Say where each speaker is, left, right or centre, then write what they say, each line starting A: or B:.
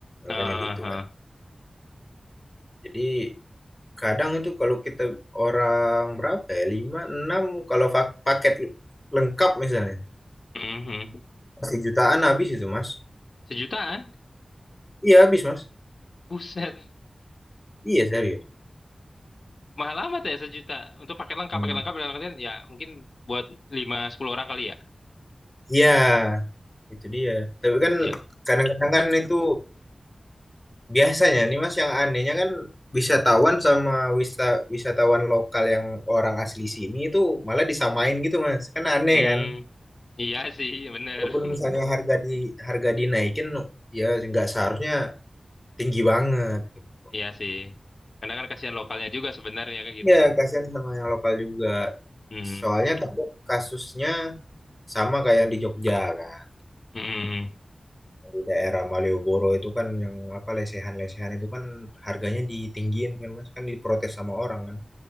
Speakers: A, on the left; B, on the left.
A: Ah,
B: Makanya gitu
A: ah,
B: kan.
A: ah.
B: Jadi kadang itu kalau kita orang berapa ya? 5, 6 kalau fak- paket lengkap misalnya.
A: Hmm, hmm.
B: Pasti jutaan habis itu, Mas.
A: Sejutaan?
B: Iya, habis, Mas.
A: Buset.
B: Iya, serius.
A: Mahal amat ya sejuta. Untuk paket lengkap,
B: Hmm.
A: paket lengkap dalam artian ya mungkin buat 5 10 orang kali ya.
B: Iya, itu dia. Tapi kan
A: Ya.
B: kadang-kadang kan itu biasanya nih, Mas, yang anehnya kan wisatawan sama wisa wisatawan lokal yang orang asli sini itu malah disamain gitu, Mas. Kan aneh
A: Hmm,
B: kan?
A: iya sih, bener.
B: Walaupun
A: <laughs>
B: misalnya harga di harga dinaikin ya nggak seharusnya tinggi banget gitu.
A: Iya sih. Karena kan kasihan lokalnya juga sebenarnya kayak gitu.
B: Ya, kasihan sama yang lokal juga.
A: Hmm.
B: Soalnya tapi kasusnya sama kayak yang di Jogja kan.
A: Hmm.
B: di daerah Malioboro itu kan yang apa lesehan-lesehan itu kan harganya ditinggiin kan Mas kan diprotes sama orang kan.